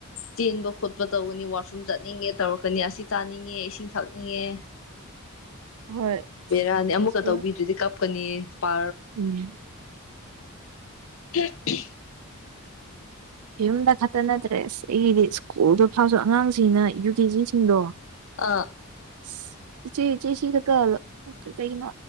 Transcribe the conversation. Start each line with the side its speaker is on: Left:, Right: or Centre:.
Left: ꯆꯦꯟꯕ ꯈꯣꯠꯄ ꯇꯧꯒꯅꯤ ꯋꯥꯁꯔꯨꯝ ꯆꯠꯅꯤꯡꯉꯦ ꯇꯧꯔꯛꯀꯅꯤ ꯑꯁꯤ ꯆꯥꯅꯤꯡꯉꯦ ꯏꯁꯤꯡ ꯊꯛꯅꯤꯡꯉꯦ
Right: <unintelligible> ꯍꯣꯏ
Left: ꯕꯦꯔꯥꯅꯤ ꯑꯃꯨꯛꯀ
Right: ꯁ꯭ꯀꯨꯜ
Left: ꯇꯧꯕꯤꯗ꯭ꯔꯤꯗꯤ ꯀꯞꯀꯅꯤ ꯄꯥ
Right: ꯎꯝ
Left: <unintelligible>
Right: ꯌꯨꯝꯗ ꯈꯛꯇ ꯅꯠꯇ꯭ꯔꯦ ꯑꯁ ꯑꯩꯒꯤꯗꯤ ꯁ꯭ꯀꯨꯜꯗꯣ ꯐꯥꯎꯁꯨ ꯑꯉꯥꯡꯁꯤꯡꯅ ꯌꯨ ꯀꯦ ꯖꯤꯁꯤꯡꯗꯣ
Left: ꯑꯥ
Right: ꯏꯁ ꯏꯆꯦ ꯏꯆꯦ ꯁꯤꯗꯀꯂꯣ <unintelligible> ꯀꯩꯒꯤꯅꯣ